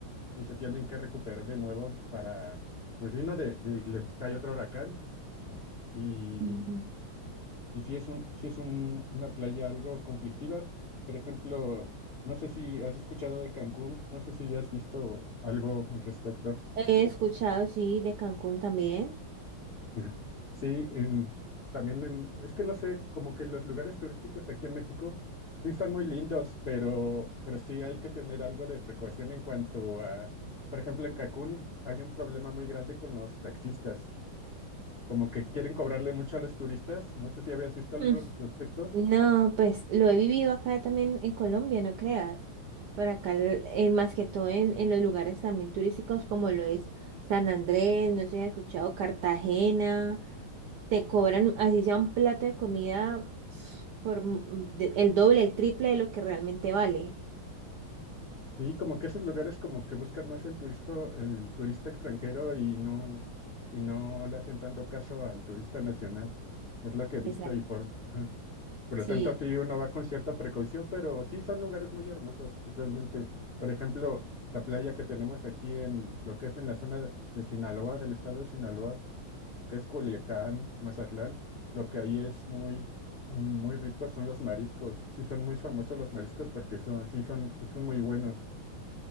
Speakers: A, on the left; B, on the right.
A: y se tienen que recuperar de nuevo para, pues vino de, de- les cae otro huracán y
B: Ujú.
A: y si es un, si es un, una playa algo conflictiva, por ejemplo, no sé si has escuchado de Cancún, no sé si has visto algo al respecto.
B: He escuchado, sí, de Cancún también.
A: Ujú. Sí, em, también en- es que no sé, como que los lugares turísticos aquí en México sí son muy lindos, pero, pero sí hay que tener algo de precaución en cuanto a, por ejemplo, en Cancún hay un problema muy grande con los taxistas, como que quieren cobrarle mucho a los turistas, no sé si habías visto algo
B: Mm,
A: al respecto.
B: No, pues lo he vivido acá también en Colombia, no creas. Por acá, el- en, más que todo en, en los lugares también turísticos como lo es San Andrés, no sé si has escuchado, Cartagena, te cobran así sea un plato de comida por mm, de- el doble, el triple de lo que realmente vale.
A: Sí, como que esos lugares como que buscan más el turista, el turista extranjero y no, y no le hacen tanto caso al turista nacional. Es lo que he visto
B: Exacto.
A: y por, ajá. Por
B: Sí.
A: lo tanto, sí uno va con cierta precaución, pero sí son lugares muy hermosos realmente. Por ejemplo, la playa que tenemos aquí en lo que es en la zona de, de Sinaloa, del estado de Sinaloa, que es Culiacán, Mazatlán, lo que ahí es muy, muy rico son los mariscos. Sí son muy famosos los mariscos porque son, sí son, sí son muy buenos.